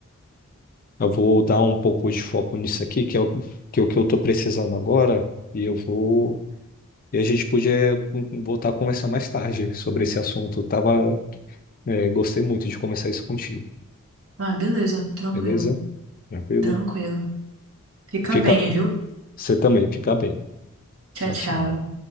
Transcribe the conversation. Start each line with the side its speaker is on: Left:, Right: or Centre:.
Left: Eu vou dar um pouco de foco nisso aqui, que é o que, é o que eu estou precisando agora. E eu vou. E a gente podia hum, voltar a conversar mais tarde sobre esse assunto. Eu Tava, é, gostei muito de conversar isso contigo,
Right: Ah, beleza. Tranquilo.
Left: beleza? Tranquilo?
Right: Tranquilo. Fica
Left: Fica,
Right: bem, viu?
Left: você também, fica bem.
Right: Tchau,
Left: Tchau,
Right: tchau.
Left: tchau.